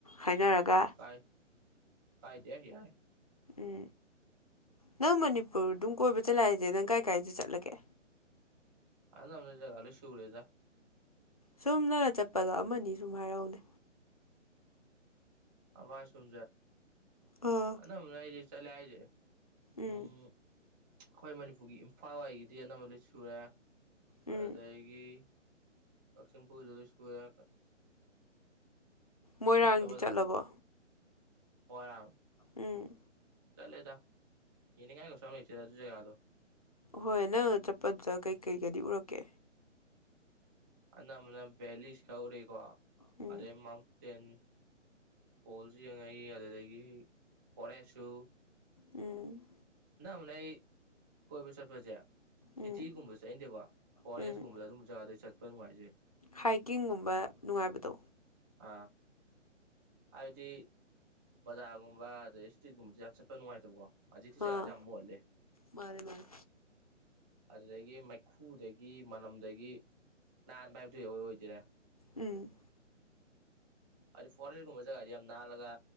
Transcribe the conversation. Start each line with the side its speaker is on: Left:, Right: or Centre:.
Left: ꯍꯥꯏꯅꯔꯒ
Right: ꯀꯥꯏ ꯀꯥꯏꯗꯦ ꯌꯥꯏ
Left: ꯎꯝ ꯅꯪ ꯃꯅꯤꯄꯨꯔꯗꯨꯝ ꯀꯣꯏꯕ ꯆꯠꯂꯦ ꯍꯥꯏꯁꯦ ꯅꯪ ꯀꯥꯏ ꯀꯥꯏꯗ ꯆꯠꯂꯒꯦ
Right: ꯑꯅꯝꯕꯅ ꯖꯒ ꯂꯣꯏ ꯁꯨꯔꯦꯗ
Left: ꯁꯨꯝꯅ ꯆꯠꯄꯗ ꯑꯃꯅꯤ ꯁꯨꯝ ꯍꯥꯏꯔꯛꯎꯅꯦ
Right: ꯑꯃ ꯁꯨꯝ
Left: ꯑꯥ
Right: ꯑꯅꯝꯕꯅ ꯑꯩꯖꯦ ꯆꯠꯂꯦ ꯍꯥꯏꯁꯦ
Left: ꯎꯝ
Right: ꯑꯩꯈꯣꯏ ꯃꯅꯤꯄꯨꯔꯒꯤ ꯏꯝꯐꯥꯜꯋꯥꯏꯒꯤꯗꯤ ꯑꯅꯝꯕ ꯂꯣꯏ ꯁꯨꯔꯦ
Left: ꯎꯝ
Right: ꯑꯗꯨꯗꯒꯤ ꯀꯛꯆꯤꯡ ꯄꯨꯔꯗ ꯂꯣꯏ ꯁꯨꯔꯦ
Left: ꯃꯣꯏꯔꯥꯡꯗꯤ
Right: ꯆꯠꯇꯕ
Left: ꯆꯠꯂꯕꯣ
Right: ꯂꯝ ꯃꯣꯏꯔꯥꯡ
Left: ꯎꯝ
Right: ꯆꯠꯂꯦꯗ ꯌꯦꯅꯤꯡꯉꯥꯏ ꯀꯩꯁꯨꯌꯝ ꯂꯩꯇꯗꯦ ꯑꯗꯨ ꯖꯒꯥꯗꯣ
Left: ꯍꯣꯏ ꯅꯪ ꯆꯠꯄꯗꯨꯗ ꯀꯩꯀꯩꯒꯗꯤ ꯎꯔꯛꯀꯦ
Right: ꯑꯅꯝꯕꯅ ꯚꯦꯂꯤꯁ ꯈꯔ ꯎꯔꯛꯏꯀꯣ
Left: ꯎꯝ
Right: ꯑꯗꯩ ꯇꯦꯟ ꯐꯣꯜꯁꯨ ꯌꯦꯡꯉꯛꯏ ꯑꯗꯨꯗꯒꯤ ꯐꯣꯔꯦꯁꯁꯨ
Left: ꯎꯝ
Right: ꯑꯅꯝꯕꯅꯥ ꯑꯩ ꯀꯣꯏꯕꯨ ꯆꯠꯄꯁꯦ ꯁꯤꯇꯤꯒꯨꯝꯕ
Left: ꯎꯝ
Right: ꯆꯠꯅꯗꯦꯀꯣ ꯐꯣꯔꯦꯁꯀꯨꯝꯕꯗ
Left: ꯎꯝ
Right: ꯑꯗꯨꯝ ꯖꯒꯥꯗ ꯆꯠꯄ ꯅꯨꯡꯉꯥꯏꯖꯩ
Left: ꯍꯥꯏꯀꯤꯡꯒꯨꯝꯕ ꯅꯨꯡꯉꯥꯏꯕꯗꯣ
Right: ꯑꯥ ꯍꯥꯏꯕꯗꯤ ꯕꯖꯥꯔꯒꯨꯝꯕ ꯑꯗꯩ ꯏꯁꯇ꯭ꯔꯤꯠꯀꯨꯝꯕꯗꯤ ꯌꯥꯝ ꯆꯠꯄ ꯅꯨꯡꯉꯥꯏꯇꯕꯀꯣ ꯍꯧꯖꯤꯛꯇꯤ ꯖꯒꯥꯁꯦ
Left: ꯑꯥ
Right: ꯌꯥꯝ ꯃꯣꯠꯂꯦ
Left: ꯃꯥꯅꯦ ꯃꯥꯅꯦ
Right: ꯑꯗꯨꯗꯒꯤ ꯈꯨꯨꯗꯒꯤ ꯃꯅꯝꯗꯒꯤ ꯅꯥꯟꯕ ꯍꯥꯏꯕꯗꯨ ꯏꯑꯣꯏ ꯑꯣꯏꯗꯦꯔꯦ
Left: ꯎꯝ
Right: ꯍꯥꯏꯗꯤ ꯐꯣꯔꯦꯁꯀꯨꯝꯕ ꯖꯒꯥꯗꯤ ꯌꯥꯝ ꯅꯥꯜꯂꯒ